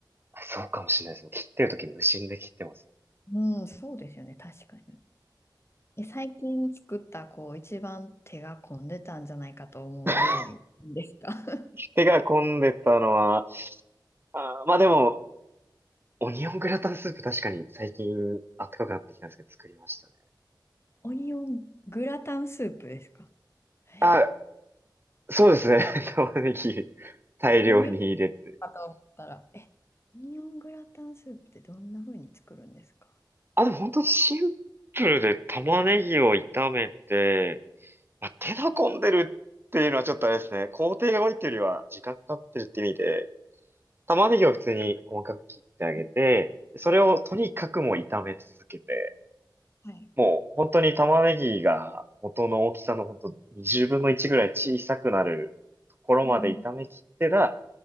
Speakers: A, on the right (about 30°); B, on the left (about 35°).
A: あそうかもしれないです。切ってるとき無心で切ってます。
B: うん、そうですよね、確かに。え最近作ったこう一番手が込んでたんじゃないかと思う料理ですか
A: <laughs>
B: <laughs>
A: 手が込んでたのは、あーまあでも、オニオングラタンスープ確かに最近暖かくなってきたんですけど作りましたね。
B: オニオングラタンスープですかえ
A: あ、そうですね。<laughs> 玉ねぎ大量に入れて。
B: オニオンかと思ったら、え、オニオングラタンスープってどんな風に作るんですか
A: あ、でも本当シンプルで玉ねぎを炒めて、まあ、手の込んでるっていうのはちょっとあれですね。工程が多いっていうよりは時間かかってるって意味で、玉ねぎを普通に細かく切ってあげて、
B: はい。
A: それをとにかくもう炒め続けて、
B: はい。
A: もう本当に玉ねぎが元の大きさの本当20分の1ぐらい小さくなるところまで炒め切ってら、
B: うんうん。